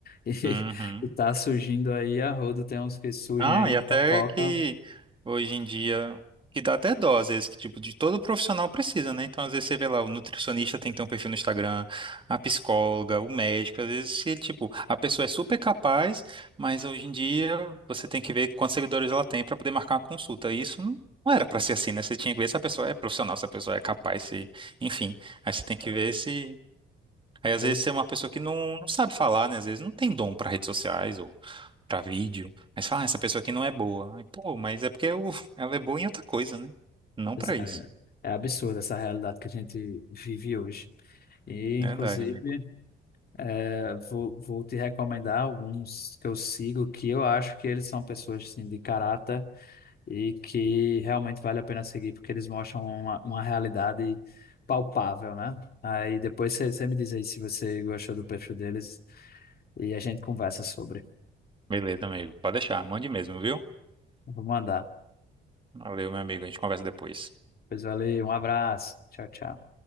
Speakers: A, on the left; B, on the right.
A: E,
B: Uhum.
A: e tá surgindo aí a rodo, tem uns que surgem
B: Não,
A: aí
B: e
A: em
B: até
A: fofoca.
B: que hoje em dia, que dá até dó, às vezes, que tipo, de todo profissional precisa, né? Então, às vezes, você vê lá, o nutricionista tem que ter um perfil no Instagram, a psicóloga, o médico, às vezes, se, tipo, a pessoa é super capaz, mas hoje em dia você tem que ver quantos seguidores ela tem para poder marcar uma consulta. E isso não, não era para ser assim, né? Você tinha que ver se a pessoa é profissional, se a pessoa é capaz, se, enfim. Aí você tem que ver se. Aí, às
A: Pois
B: vezes, você
A: é,
B: é uma pessoa que não, não sabe falar, né? Às vezes, não tem dom para redes sociais para vídeo. Mas fala, ah, essa pessoa aqui não é boa. Aí, pô, mas é porque eu- <laughs> ela é boa em outra coisa, né? Não
A: pois
B: para
A: é,
B: isso.
A: é absurda essa realidade que a gente vive hoje. E,
B: Verdade,
A: inclusive,
B: amigo.
A: é, vou, vou te recomendar alguns que eu sigo, que eu acho que eles são pessoas assim, de caráter e que realmente vale a pena seguir, porque eles mostram uma, uma realidade palpável, né? Aí depois você me diz aí se você gostou do perfil deles e a gente conversa sobre.
B: Beleza, amigo. Pode deixar, mande mesmo, viu?
A: Eu Vou mandar.
B: Valeu, meu amigo. A gente conversa depois.
A: Pois valeu, um abraço. Tchau, tchau.